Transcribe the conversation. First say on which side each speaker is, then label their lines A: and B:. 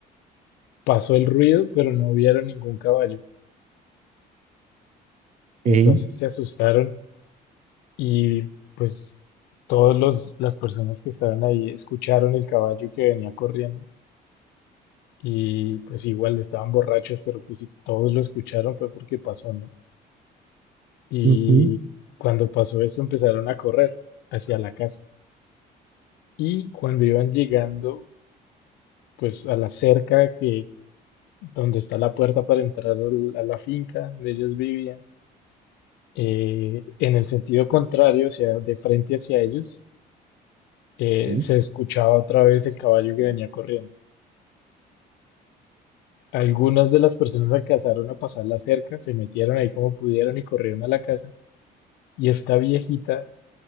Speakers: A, on the left (about 85°); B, on the right (about 45°).
A: pasó el ruido, pero no vieron ningún caballo. Entonces
B: ey,
A: se asustaron y pues todas las personas que estaban ahí escucharon el caballo que venía corriendo. Y pues igual estaban borrachos, pero pues si todos lo escucharon fue porque pasó, ¿no? Y
B: ujú,
A: cuando pasó eso empezaron a correr hacia la casa. Y cuando iban llegando, pues a la cerca que donde está la puerta para entrar al- a la finca donde ellos vivían, eh, en el sentido contrario, o sea, de frente hacia ellos, eh,
B: ok,
A: se escuchaba otra vez el caballo que venía corriendo. Algunas de las personas alcanzaron a pasar la cerca, se metieron ahí como pudieron y corrieron a la casa. Y esta viejita,